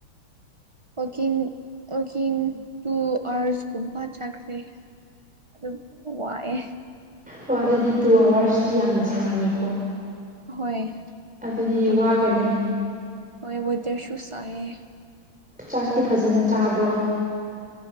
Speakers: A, on the right; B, in the centre.
A: ꯋꯥꯀꯤꯡ ꯋꯥꯀꯤꯡ ꯇꯨ ꯑꯥꯋꯔꯁꯀꯨꯝꯕ ꯆꯥꯈ꯭ꯔꯦ ꯑꯗꯨꯝ ꯋꯥꯑꯦ
B: ꯑꯣ ꯑꯗꯨꯗꯤ ꯇꯨ ꯑꯥꯋꯥꯔꯁꯇꯤ ꯌꯥꯝꯅ ꯁꯥꯡꯉꯦꯀꯣ
A: ꯍꯣꯏ
B: ꯑꯗꯨꯗꯤ
A: ꯑꯗꯨꯒ
B: ꯋꯥꯒꯅꯤ
A: ꯍꯣꯏ ꯑꯣꯏꯣꯏꯇꯁꯨ ꯁꯥꯏꯌꯦ
B: ꯆꯥꯛꯇꯤ ꯐꯖꯅ ꯆꯥꯕ꯭ꯔꯣ